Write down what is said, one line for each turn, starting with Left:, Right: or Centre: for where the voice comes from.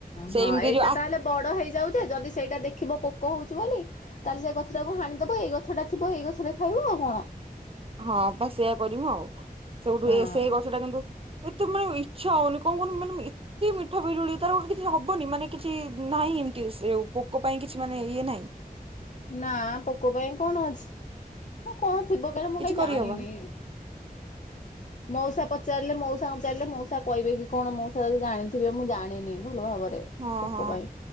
Right: ସେଇମ୍ତି
Left: ହଁ ଏଇଟା
Right: ଯୋଉ ଆ
Left: ତାହେଲେ ବଡ ହେଇଯାଉ ଯେ ଯଦି ସେଇଟା ଦେଖିବ ପୋକ ହଉଛିି ବୋଲି ତାହାଲେ ସେ ଗଛଟାକୁ ହାଣିଦବ ଏଇ ଗଛଟା ଥିବ ଏଇ ଗଛ ରେ ଖାଇବ ଆଉ କଣ।
Right: ହଁ ପା ସେୟା କରିମୁ ଆଉ ସେଠୁ
Left: ହଁ
Right: ଏ ସେଇ ଗଛ ଟା କିନ୍ତୁ ଏତେ ମାନେ ଇଚ୍ଛାହଉନି କଣ କନି ମାନେ ମିଏ କି ମିଠା ପିଜୁଳି ତାର ଗୋଟେ କିଛି ହବନି ମାନେ କିଛି ନାହିଁ ଏମ୍ତି ସେଉ ପୋକ ପାଇଁ କିଛି ମାନେ ଇଏ ନାହିଁ।
Left: ନା ପୋକ ପାଇଁ କଣ ଅଛି? ପୋକ କଣ ଥିବ କେଣି ମୁଁ
Right: କିଛି
Left: କାହିଁ ଜାଣିନି।
Right: କରିହବନି।
Left: ମଉସା ପଚାରିଲେ ମଉସା ଉଁଚାରିଲେ ମଉସା କହିବେ କି କଣ ମଉସା ଯଦି ଜାଣିଥିବେ ମୁଁ ଜାଣିନି ଭଲ ଭାବରେ।
Right: ହଁ
Left: ପୋକ
Right: ହଁ।
Left: ପାଇଁ